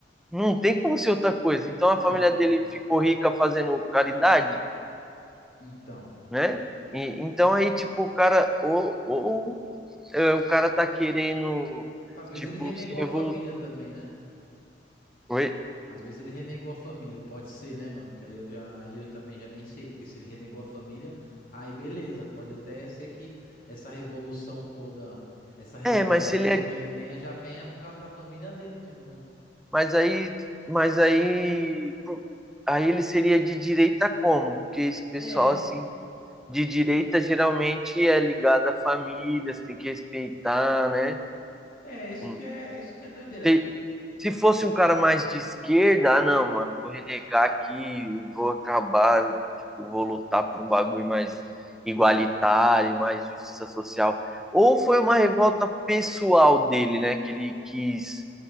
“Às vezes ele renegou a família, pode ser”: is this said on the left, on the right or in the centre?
Left